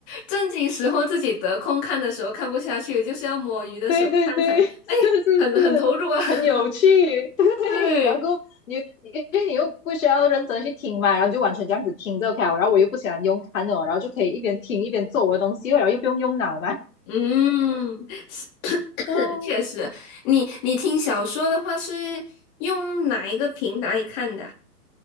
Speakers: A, on the left; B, on the left.
A: 正经时候自己得空看的时候看不下去，就是要摸鱼的时候看才，
B: 对对对，是是是，
A: 哎，很很投入啊。<laughs>
B: 很有趣。对，
A: 对，
B: 然后你你因为你又不需要认真地去听嘛，然后你就完全这样子听着 OK 了然后我又不喜欢用看的哦，然后就可以一边听一边做我的东西哦，然后又不用用脑嘛。
A: 嗯，是，
B: <laughs> 嗯，
A: 确实，你你听小说的话是用哪一个平台看的啊